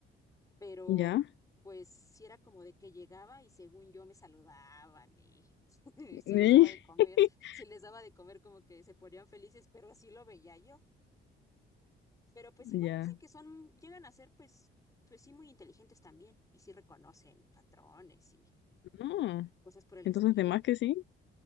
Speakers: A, on the left; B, on the left.
A: pero
B: ¿Ya?
A: pues sí era como de que llegaba y según yo me saludaban y <laughs> y
B: <laughs>
A: si les daba de comer, si les daba de comer como que se ponían felices, pero así lo veía yo. Pero pues igual
B: Ya.
A: dicen que son, llegan a ser pues, pues sí muy inteligentes también y sí reconocen patrones y
B: Ah,
A: cosas por el
B: entonces,
A: estilo.
B: de más que sí,